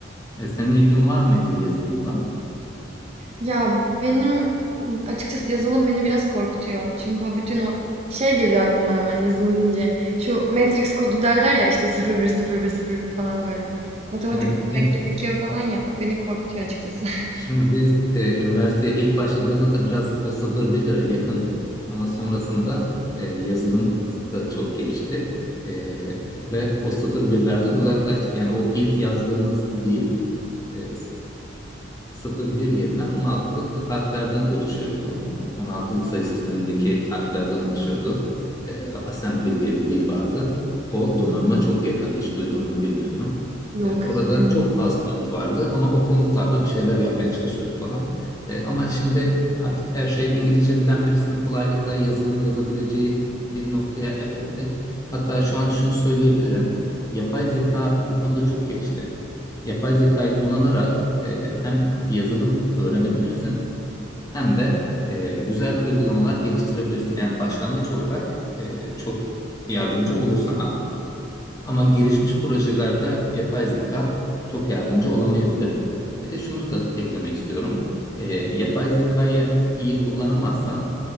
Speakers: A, on the left (about 15°); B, on the right (about 30°).
A: E, senin ilgin var mıydı yazılımla?
B: Ya benim açıkçası yazılım beni biraz korkutuyor. Çünkü o bütün o şey geliyor aklıma hemen yazılım deyince. Şu Matrix kodu derler ya işte sıfır sıfır sıfır bir bir bir falan böyle. Matematik
A: Evet.
B: bilmek
A: evet.
B: gerekiyor falan ya. o Beni korkutuyor açıkçası. <laughs>
A: Şimdi biz e, üniversiteye ilk başladığımızda biraz o sıfır 1 lira yakındık. Ama sonrasında e, yazılım da çok gelişti. E, ve o sıfır birlerden uzaklaştık. Yani o ilk yazdığımız dil e, Sıfır bir yerine 16'lık harflerden oluşuyordu. O- 16'lık sayı sistemindeki harflerden oluşuyordu. Ee, assembly diye bir dil vardı. O donanıma çok yakın. Hiç duydun mu bilmiyorum.
B: Yok
A: Ee, orada
B: istemiyorum.
A: çok az komut vardı ama o komutlarla bir şeyler yapmaya çalışıyorduk falan. Ee, ama şimdi artık her şey İngilizce bilen birisinin kolaylıkla yazılım yazabileceği bir noktaya evrildi. Hatta şu an şunu söyleyebilirim. Yapay zeka bu konuda çok gelişti. Yapay zekayı kullanarak e, hem yazılım öğrenebilirsin hem de e, güzel uygulamalar geliştirebilirsin. Yani başlangıç olarak e, çok yardımcı olur sana. Ama gelişmiş projelerde yapay zeka çok yardımcı olamayabilir. Bir de şunu da eklemek istiyorum. E, yapay zekayı iyi kullanamazsan